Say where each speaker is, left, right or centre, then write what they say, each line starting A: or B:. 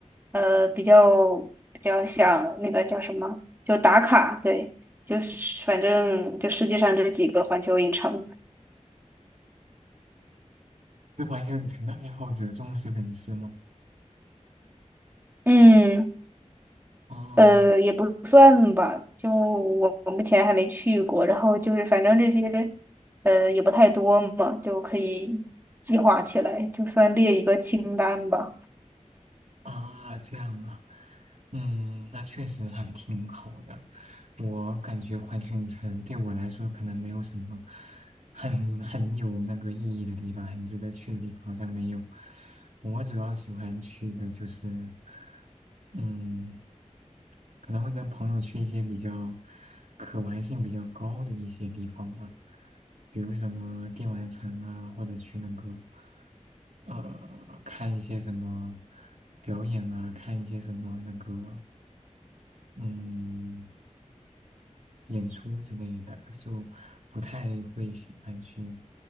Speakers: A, on the right; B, on the right.
A: 呃比较比较想那个叫什么，就打卡，对，就是反正就世界上这几个环球影城，
B: 是环球影城的爱好者忠实粉丝吗？
A: 嗯。
B: 哦。
A: 呃，也不算吧，就我我目前还没去过，然后就是反正这些，呃，也不太多嘛，就可以计划起来，就算列一个清单吧。
B: 啊，这样啊，嗯，那确实还挺好的。我感觉环球影城对我来说可能没有什么很很有那个意义的地方，很值得去的地方好像没有。我主要喜欢去的就是，嗯。可能会跟朋友去一些比较可玩性比较高的一些地方吧，比如什么电玩城啊，或者去那个呃看一些什么表演啊，看一些什么那个嗯演出之类的，就不太会喜欢去